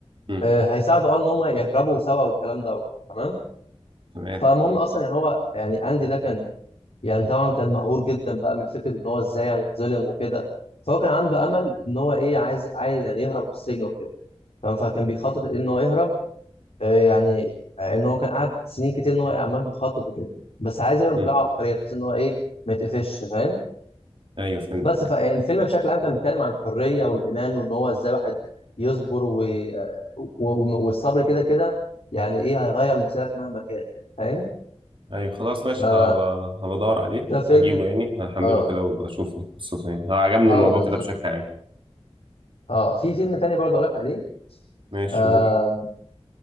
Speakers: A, on the right; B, on the left.
A: مم.
B: آه هيساعده اه ان هم يهربوا سوا والكلام ده تمام
A: تمام
B: فالمهم اصلا يعني هو يعني اندي ده كان يعني طبعا كان مقهور جدا بقى من فكره ان هو ازاي يعني اتظلم وكده فهو كان عنده امل ان هو ايه عايز عايز يعني يهرب من السجن وكده تمام فكان بيخطط ان هو يهرب آه يعني آه، ان هو كان قاعد سنين كتير ان هو عمال بيخطط وكده بس عايز يهرب
A: مم.
B: بطريقه عبقريه بحيث ان هو ايه ما يتقفش فاهم
A: ايوه فهمتك
B: بس فالفيلم بشكل عام كان بيتكلم عن الحرية والإيمان وإن هو إزاي واحد يصبر و... و... و- والصبر كده كده يعني إيه هيغير مصيرك مهما كان فاهم
A: ايوه خلاص ماشي
B: فده
A: هبقى هبدور عليه
B: فيلم
A: هجيبه يعني هحمله
B: آه
A: كده واشوف قصته يعني هو عجبني
B: آه
A: الموضوع
B: بالظبط
A: كده بشكل عام
B: آه في فيلم تاني برضه أقول لك عليه
A: ماشي
B: آه
A: قول